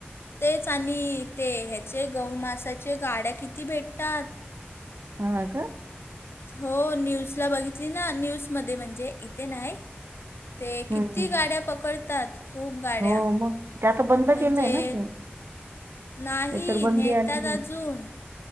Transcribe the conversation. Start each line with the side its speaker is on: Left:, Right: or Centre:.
Left: तेच आणि ते ह्याचे गौमासाचे गाड्या किती भेटतात
Right: ह
Left: हो न्यूजला बघितली ना न्यूजमध्ये म्हणजे इथे नाही ते कितती
Right: हम्म.
Left: गाड्या पकडतात खूप गाड्या
Right: हो मग ते आता बंद
Left: म्हणजे
Right: केलंय ना ते
Left: नाही
Right: त्याच्यावर बंदी
Left: नेतात
Right: आलेली आहे
Left: अजून